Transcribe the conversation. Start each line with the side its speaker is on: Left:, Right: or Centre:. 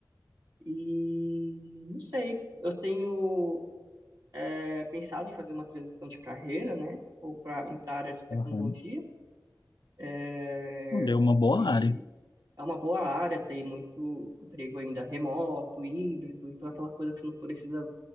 Right: e não sei. Eu tenho é, pensado em fazer uma transição de carreira, né? Ou para ir para a área de tecnologia.
Left: Uhum.
Right: É,
Left: Olha, é uma boa
Right: e
Left: área.
Right: é uma boa área, tem muito emprego ainda remoto, híbrido, então é aquela coisa que você não precisa